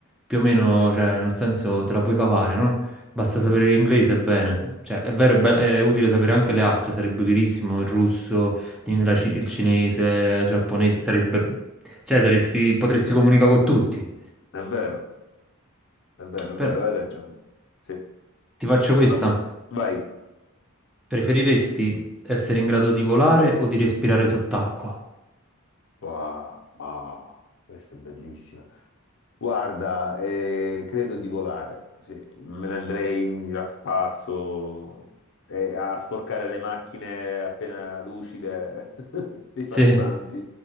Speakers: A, in the centre; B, on the left (about 55°).
A: più o meno, cioè, nel senso te la puoi cavare, no? Basta
B: Mm,
A: sapere l'inglese bene. Cioè, è vero, è, be- è utile sapere anche le altre, sarebbe utilissimo il russo, l'in- la ci- il cinese, eh, il giapponese, sarebbe... Cioè, saresti- potresti comunicare con tutti.
B: è vero, è vero, è
A: Però
B: vero, hai ragione. Sì.
A: ti faccio questa.
B: Fa- Vai.
A: Preferiresti essere in grado di volare o di respirare sott'acqua?
B: Wow, wow, questa è bellissima. Guarda, eh, credo di volare. Sì, me ne andrei a spasso e a sporcare le macchine appena lucide <laughs> dei
A: Sì.
B: passanti.